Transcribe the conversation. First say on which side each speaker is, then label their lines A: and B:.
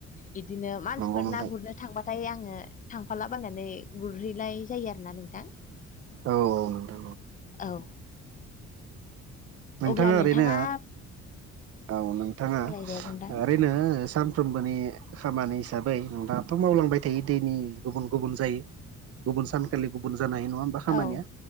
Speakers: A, on the left; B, on the right.
A: बिदिनो मानसिफोर
B: नंगौ नोंथां
A: ना गुरनो थांबाथाय आंङो थांफाला बायनानै गुरहैनाय जायो आरोना नोंथां।
B: औ औ
A: औ।
B: नोंथांङा
A: अब्ला
B: ओरैनो
A: नोंथाङा
B: औ नोंथांङा
A: बुंलाय दे बुंलाय
B: ओरैनो साफ्रोमबोनि खामानि हिसाबै दाथ' मावलांबाय थायो दैनि गुबुन गुबुन जायो। गुबुन सानखालि गुबुन जानाय नंङा होमबा खामानिया
A: औ